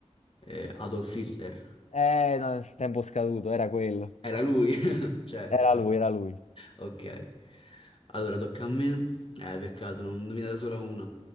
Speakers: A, on the left; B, on the left.
A: Eh, Adolf Hitler.
B: Eh, no, tempo scaduto, era quello.
A: Era lui, <laughs> certo.
B: Era lui, era lui.
A: Ok. Allora, tocca a me. Eh, peccato, non ho indovinato solo una.